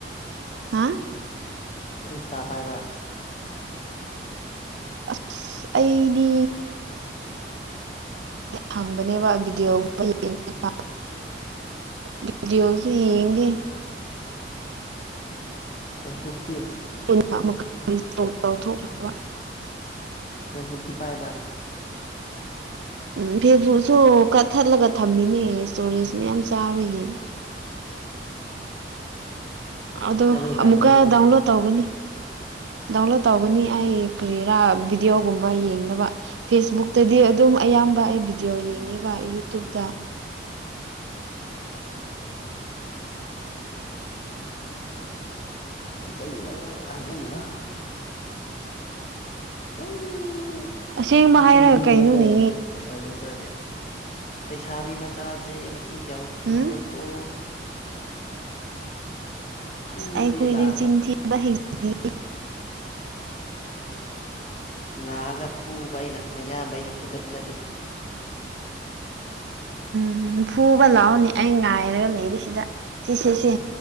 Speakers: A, on the right; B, on the left.
A: ꯍꯥ
B: ꯅꯪ ꯏꯟꯁꯇꯥ ꯄꯥꯏꯕ꯭ꯔꯥ
A: ꯑꯁ ꯑꯩꯗꯤ ꯍꯪꯕꯅꯦꯕ ꯚꯤꯗꯤꯑꯣꯒꯨꯝꯕ ꯌꯦꯡꯅꯕ ꯚꯤꯗꯤꯑꯣꯁꯨ ꯌꯦꯡꯗꯦ
B: ꯐꯦꯁꯕꯨꯛ ꯇꯤ
A: <unintelligible>
B: ꯎꯝ ꯐꯦꯁꯕꯨꯛꯇꯤ ꯄꯥꯏꯕ꯭ꯔꯥ
A: ꯎꯝ ꯐꯦꯁꯕꯨꯛꯁꯨ ꯀꯠꯊꯠꯂꯒ ꯊꯝꯃꯤꯅꯦ ꯏꯁꯇꯣꯔꯦꯖ ꯃꯌꯥꯝ ꯆꯥꯕꯒꯤ
B: ꯍꯥꯏꯅꯤꯡꯗꯕꯩ
A: ꯑꯗꯣ
B: ꯆꯥꯡꯗꯀꯣ
A: ꯑꯃꯨꯛꯀ ꯗꯥꯎꯟꯂꯣꯗ ꯇꯧꯒꯅꯤ ꯗꯥꯎꯟꯂꯣꯗ ꯇꯧꯒꯅꯤ ꯑꯩ ꯀ꯭ꯔꯤꯔꯥ ꯚꯤꯗꯤꯑꯣꯒꯨꯝꯕ ꯌꯦꯡꯅꯕ ꯐꯦꯁꯕꯨꯛꯇꯗꯤ ꯑꯗꯨꯝ ꯑꯌꯥꯝꯕ ꯑꯩ ꯚꯤꯗꯤꯑꯣ ꯌꯦꯡꯉꯦꯕ ꯌꯨꯇꯨꯕꯇ
B: ꯍꯥꯏꯖꯜꯂꯣ ꯍꯥꯏꯖꯜꯂꯣ ꯑꯦ ꯀꯌꯥꯃꯨꯛ
A: ꯑꯁꯦꯡꯕ
B: ꯃꯆꯤꯟ
A: ꯍꯥꯏꯔꯒ
B: ꯊꯤꯕꯗꯣ
A: ꯀꯩꯅꯣꯅꯦ
B: ꯂꯩꯁꯥ ꯂꯩꯁꯥꯕꯤ ꯃꯆꯥꯖꯦ ꯂꯩꯁꯥꯕꯤ ꯃꯆꯥꯖꯦ ꯃꯆꯤꯟ ꯀꯌꯥꯃꯨꯛ ꯊꯤꯕ꯭ꯔꯀꯣ
A: ꯎꯝ
B: ꯐꯨꯔꯗꯤ
A: ꯑꯩꯈꯣꯏꯗꯤ
B: ꯂꯥꯛꯑꯒ
A: ꯆꯤꯟ ꯊꯤꯕ ꯍꯩꯇꯦ
B: ꯂꯥꯛꯑꯒ ꯐꯨꯕ ꯑꯩꯅ ꯅꯌꯥꯝꯕ ꯑꯩꯅ ꯐꯨꯗꯠꯂꯗꯤ
A: ꯎꯝ ꯐꯨꯕ ꯂꯥꯛꯑꯣꯅꯦ ꯑꯩ ꯉꯥꯏꯔꯒ ꯂꯩꯔꯦꯁꯤꯗ ꯁꯤꯁꯦꯁꯦ